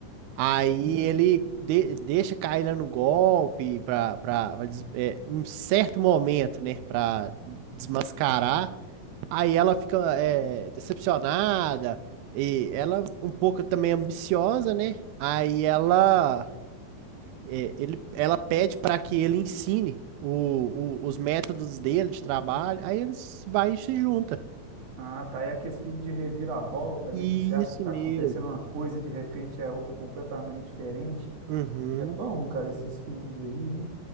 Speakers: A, on the right (about 90°); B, on the right (about 50°).
A: Aí
B: Hum.
A: ele de- deixa cair lá no golpe pra, pra, pra des- é, em um certo momento, né? Pra desmascarar. Aí ela fica é, decepcionada e ela um pouco também ambiciosa, né? Aí ela é, ele, ela pede para que ele ensine o, o- os métodos dele de trabalho. Aí eles vai e se junta.
B: Ah, tá. É aquele filme de reviravolta,
A: Isso
B: né? Que você acha que tá
A: mesmo.
B: acontecendo uma coisa e de repente é outra completamente diferente.
A: Uhum.
B: É bom, cara, esses filmes aí, hein?